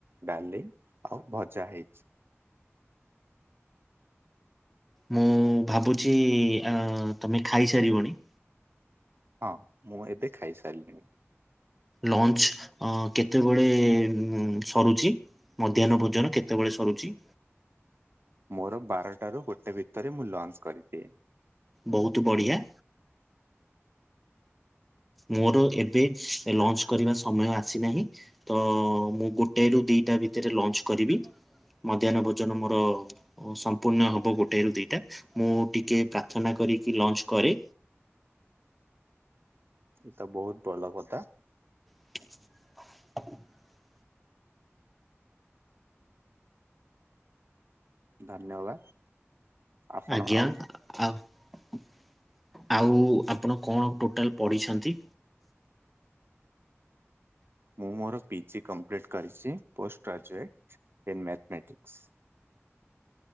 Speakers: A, on the right; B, in the centre.
A: ଡାଲି ଆଉ ଭଜା ହେଇଛି।
B: ମୁଁ ଭାବୁଛି ତମେ ଖାଇସାରିବଣି।
A: ହଁ ମୁଁ ଏବେ ଖାଇସାରିଲିନିଣି।
B: ଲଞ୍ଚ କେତେବେଳେ ସରୁଛି ମଧ୍ୟାହ୍ନ ଭୋଜନ କେତେବେଳେ ସରୁଛି।
A: ମୋର ବାରଟରୁ ଗୋଟେ ଭିତରେ ମୁଁ ଲଞ୍ଚ କରିଦିଏ।
B: ବହୁତ ବଢିଆ। ମୋର ଏ- ଏ ଲଞ୍ଚ କରିବା ସମୟ ଆସିନାହିଁ ତ ମୁଁ ଗୋଟାରୁ ଦିଟା ଭିତରେ ଲଞ୍ଚ କରିବି। ମଧ୍ୟାହ୍ନ ଭୋଜନ ମୋର ସମ୍ପୂର୍ଣ ହବ ଗୋଟଏରୁ ଦିଟା। ମୁଁ ଟିକେ ପ୍ରାର୍ଥନା କରିକି ଲଞ୍ଚ କରେ।
A: ତ ବହୁତ ଭଲ କଥା।
B: <unintelligible>
A: ଧନ୍ୟବାଦ। ଆପଣ
B: ଆଜ୍ଞା
A: ଆଉ
B: ଆ- ଆଉ ଆପଣ କଣ ଟୋଟାଲ ପଡିଛନ୍ତି?
A: ମୁଁ ମୋର ପିଜି କମ୍ପ୍ଲିଟ୍ କରିଛି। Post graduate in mathematics.